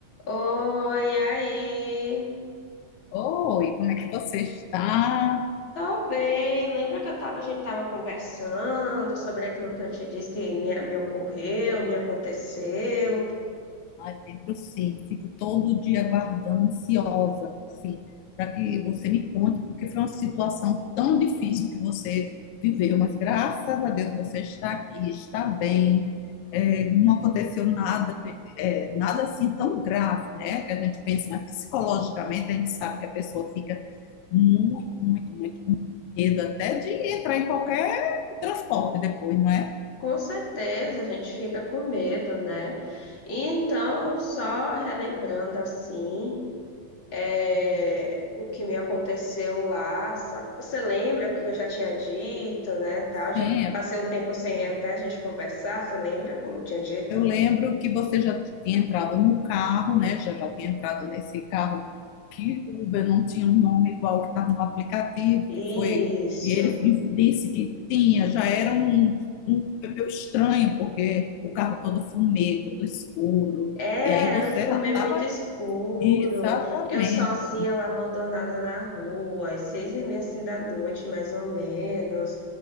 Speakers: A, on the left (about 45°); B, on the left (about 80°).
A: Oi, aí.
B: Oi, como é que você está?
A: Tô bem. Lembra que eu tava, a gente tava conversando sobre aquilo que eu te disse que me, me ocorreu, me aconteceu?
B: Ai, lembro sim, fico todo dia aguardando, ansiosa, assim, para que você me conte, porque foi uma situação tão difícil que você viveu, mas graças a Deus você está aqui, está bem, É, não aconteceu nada, é, nada assim tão grave, né? Que a gente pensa, mas psicologicamente a gente sabe que a pessoa fica muito, muito, muito medo até de entrar em qualquer transporte depois, não é?
A: Com certeza, a gente fica com medo, né? E Então, só relembrando assim, é, o que me aconteceu lá, sabe? Você lembra que eu já tinha dito, né, tal, já
B: Sim,
A: que passei um tempo sem até a gente conversar, você lembra como eu tinha dito?
B: Eu lembro que você já tinha entrado no carro, né? Já já tinha entrado nesse carro que o Uber não tinha um nome igual que estava no aplicativo,
A: Isso.
B: que foi. E ele disse que tinha, já era um, um Uber meio estranho, porque o carro todo fumê, todo escuro.
A: É,
B: E aí você
A: era um fumê
B: já estava.
A: muito escuro.
B: Exatamente.
A: Eu sozinha lá abandonada na rua, às seis e meia assim da noite, mais ou menos,